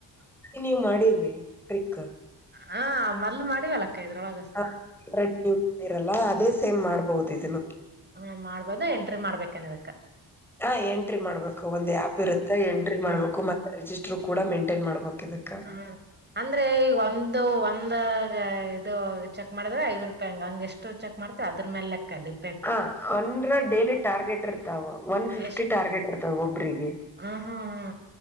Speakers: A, in the centre; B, on the right (about 20°).
A: ನೀವ್ ಮಾಡಿದ್ರಿ ಟ್ರಿಕ್
B: ಹಾ ಮದ್ಲು ಮಾಡಿವಲ್ಲಕ್ಕ ಇದ್ರೊಳಗೆ
A: ಹ ಇರಲ್ಲ ಅದೇ ಸೇಮ್ ಮಾಡ್ಬೋದು ಇದನ್ನು
B: ಹ್ಮ ಮಾಡ್ಬೋದು ಎಂಟ್ರಿ ಮಾಡ್ಬೇಕನ್ ಇದಕ್ಕ
A: ಹಾ ಎಂಟ್ರಿ ಮಾಡ್ಬೇಕು ಒಂದ್ ಆ್ಯಪ್ ಇರುತ್ತೆ ಎಂಟ್ರಿ ಮಾಡ್ಬೇಕು
B: ಹ
A: ಮತ್ತೆ ರಿಜಿಸ್ಟರ್ ಕೂಡ ಮೇಂಟೈನ್ ಮಾಡಬೇಕ್ ಇದಕ್ಕೆ
B: ಹಾ ಅಂದ್ರೆ ಈ ಒಂದು ಒಂದ ಇದು ಚೆಕ್ ಮಾಡಿದ್ರೆ ಐದ್ ರೂಪಾಯಿ ಹಂಗ ಹಂಗ ಎಷ್ಟು ಚೆಕ್ ಮಾಡ್ ಅದ್ರ ಮೇಲೆ ಕಡಿ
A: ಹ ಒಂದರ ಡೇಲಿ ಟಾರ್ಗೆಟ್ ಇರ್ತಾವ ಒನ್ ಫಿಫ್ಟಿ
B: ಎಷ್ಟ್
A: ಟಾರ್ಗೆಟ್ ಇರ್ತಾವ ಒಬ್ರಿಗೆ
B: ಹ ಹಾ ಹಾ